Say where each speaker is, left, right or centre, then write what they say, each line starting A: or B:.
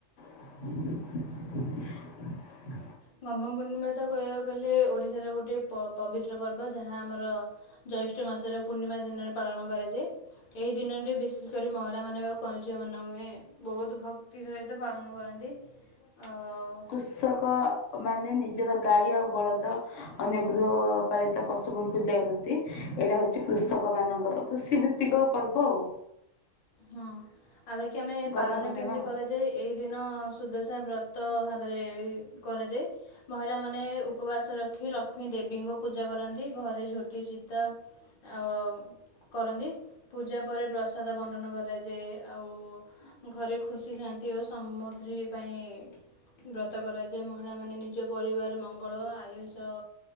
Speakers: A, on the left (about 70°); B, on the left (about 50°).
A: <inaudible>
B: <unintelligible> ପୂର୍ଣ୍ଣିମା ତ କହିବାକୁ ଗଲେ ଓଡ଼ିଶାର ଗୋଟେ ପବିତ୍ର ପର୍ବ ଯାହା ଆମର ଜ୍ୟୈଷ୍ଠ ମାସର ପୂର୍ଣ୍ଣିମା ଦିନରେ ପାଳନ କରାଯାଏ। ଏହି ଦିନରେ ବିଶେଷ କରି ମହିଳାମାନେ ବାଉ କନଝିଅ ମାନଙ୍କ ବହୁତ ଭକ୍ କ୍ତୀ ସହିତ ପାଳନ କରନ୍ତି ଆଉ
A: ଷକ ମାନେ ନିଜର ଗାଈ ଆଉ ବଳଦ ଅନ୍ୟ ଗୃହ ପାଳିତ ପଶୁଙ୍କୁ ପୂଜା କର ନ୍ତି ଏଇଟା ହଉଛି କୃଷକ ମାନଙ୍କ କୃଷି ଭିତ୍ତିକ ପର୍ବ ଆଉ
B: ହଁ ଆଉ ଏ କି ଆମେ
A: ଗହ୍ମା
B: ପାଳନ
A: ପୂର୍ଣ୍ଣିମା
B: କେମିତି
A: ଆଉ।
B: କରାଯାଏ? ଏହି ଦିନ ସୁଦଶା ବ୍ରତ ଭାବରେ କରାଯାଏ ମହିଳାମାନେ ଉପବାସ ରଖି ଲକ୍ କ୍ଷ୍ମୀ ଦେବୀଙ୍କ ପୂଜା କରନ୍ତି ଘରେ ଝୋଟି ଚିତା ଆଉ କରନ୍ତି ପୂଜା ପରେ ପ୍ରସାଦ ବଣ୍ ଣ୍ଟନ କରାଯାଏ ଆଉ ଘରେ ଖୁସି ଥାଆନ୍ତି ଓ ସମୁଧ୍ରୀ ପାଇଁ ବ୍ରତ କରାଯାଏ ମହିଳାମାନେ ନିଜ ପରିବାର ମଙ୍ଗଳ ଆୟୁଷ